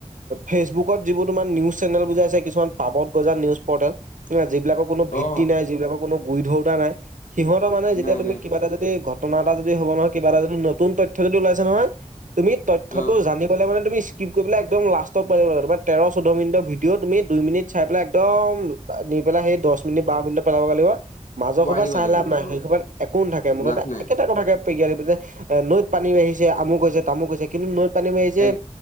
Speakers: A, on the right (about 75°); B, on the left (about 70°).
A: ফেচবুকত যিবোৰ তোমাৰ নিউজ চেনেল বুজাই আ কিছুমান পাবত গজা নিউজ পৰ্টেল। ন যিবিলাক কোনো ভিত্তি
B: অ
A: নাই যিবিলাকৰ কোনো গুৰি ধৰোতা নাই। সিহঁতৰ মানে যেতিয়া
B: নাই
A: তুমি
B: নাই
A: কিবা এটা যদি ঘটনা এটা যদি হ'ব নহয় কিবা এটা যদি নতুন তথ্য যদি ওলাইছে নহয়। তুমি তথ্যটো
B: অ
A: জানিবলৈ মানে তুমি। স্কিপ কৰি পেলাই একদম লাষ্ট পুৱাই দিব লাগে তোমাৰ তেৰ চৈধ্য মিনিট ভডিঅ' তুমি দুইমিনিট। চাই পেলাই একদম নি পেলাই সেই দহ মিনিট বাৰ মিনিট পেলাব লাগিব মাজৰ
B: পোৱাই
A: সোবা
B: দিব
A: চাই
B: লাগিব
A: লাভ নাই,
B: অ
A: সেইটো কাৰণে একো নাথাকে মুঠতে
B: লাভ নাই
A: এক এটা কথাকে জঞানিব যে এ নৈত পানী বাঢ়িছে আহিছে আমুক হৈছে তামোক কৈছে কিন্তু নৈত পানী বাঢ়িছে
B: এক